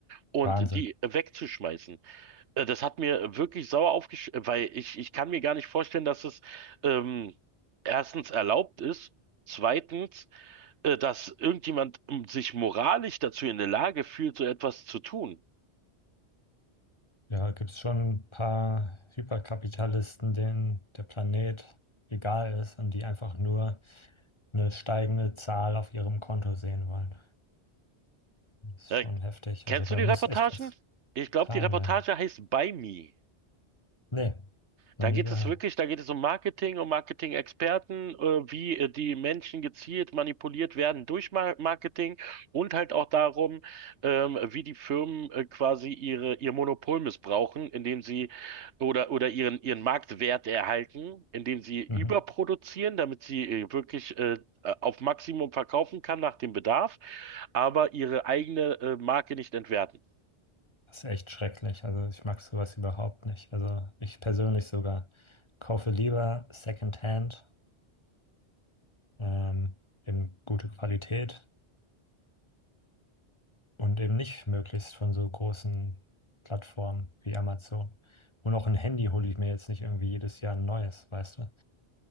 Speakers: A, on the right; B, on the left.
A: und
B: Wahnsinn.
A: die wegzuschmeißen. Äh, Das hat mir wirklich sauer aufgesch, weil ich, ich kann mir gar nicht vorstellen, dass es ähm, erstens erlaubt ist, zweitens, äh, dass irgendjemand ähm, sich moralisch dazu in der Lage fühlt, so etwas zu tun.
B: Ja, gibt es schon ein paar Hyperkapitalisten, denen der Planet egal ist und die einfach nur eine steigende Zahl auf ihrem Konto sehen wollen. Das ist
A: Äh,
B: schon heftig.
A: kennst
B: Also da
A: du die
B: muss
A: Reportagen?
B: echt was
A: Ich glaube,
B: getan
A: die Reportage
B: werden.
A: heißt By Me.
B: Nee, noch
A: Da
B: nie
A: geht
B: gehört.
A: es wirklich, da geht es um Marketing, um Marketing-Experten, äh, wie äh, die Menschen gezielt manipuliert werden durch Mar Marketing und halt auch darum, ähm, wie die Firmen äh, quasi ihre, ihr Monopol missbrauchen, indem sie oder, oder ihren, ihren Marktwert erhalten, indem sie überproduzieren,
B: Mhm.
A: damit sie äh, wirklich äh, auf Maximum verkaufen kann nach dem Bedarf, aber ihre eigene äh, Marke nicht entwerten.
B: Das ist echt schrecklich. Also ich mag sowas überhaupt nicht. Also ich persönlich sogar kaufe lieber Secondhand, ähm, eben gute Qualität und eben nicht möglichst von so großen Plattformen wie Amazon. Und auch ein Handy hole ich mir jetzt nicht irgendwie jedes Jahr ein neues, weißt du?